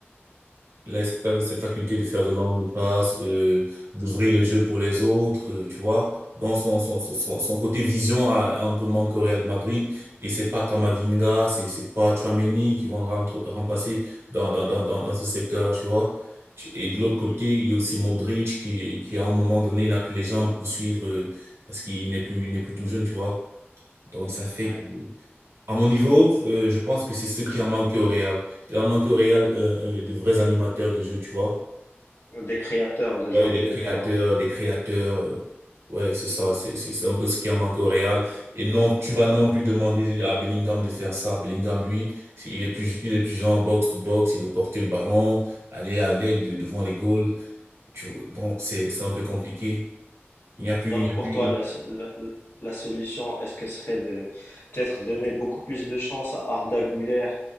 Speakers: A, on the right (about 70°); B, on the left (about 60°).
A: Il a cette, cette faculté de faire de longues passes, euh, d'ouvrir le jeu pour les autres, euh, tu vois. Dans son, son, son, son son côté vision a, a un peu manqué au Real Madrid. Et c'est pas Camavinga, c'est, c'est pas Tchouaméni qui vont le rentre- remplacer dans, dans, dans, dans, dans ce secteur-là, tu vois. Tu- Et de l'autre côté,
B: Hmm,
A: il y a aussi Modric qui, qui à un moment donné n'a plus les jambes pour suivre, euh, parce qu'il n'est plus, il n'est plus tout jeune, tu vois. Donc ça fait
B: ouais.
A: que à mon niveau, euh, je pense que c'est ce qui a manqué au Real. Il a manqué au Real euh, euh, de vrais animateurs de jeu, tu vois.
B: Des créateurs de
A: Ouais,
B: jeux au
A: des
B: milieu
A: créateurs,
B: de terrain.
A: des créateurs. euh, ouais, c'est ça, c'est c'est c'est un peu ce qui a manqué au Real. Et non, tu vas non plus demander à Bellingham de faire ça. Bellingham, lui, c'est- il est plus il est plus genre box to box. Il veut porter le ballon, aller avec de- devant les goals. Tu vois, donc c'est c'est un peu compliqué. Il n'y a plus
B: Donc
A: il n'y a
B: pour
A: plus.
B: toi, la, la- la solution, est-ce que ce serait de peut-être donner beaucoup plus de chance à Arda Güler